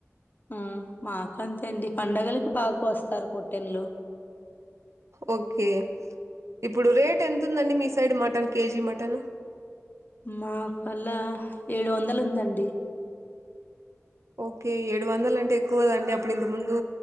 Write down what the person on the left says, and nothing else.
ఆ మాకు అంతే అండి పండగలకి బాగా కొస్తారు పొట్టెన్లు
మా కల్లా ఏడు వందలు ఉందండి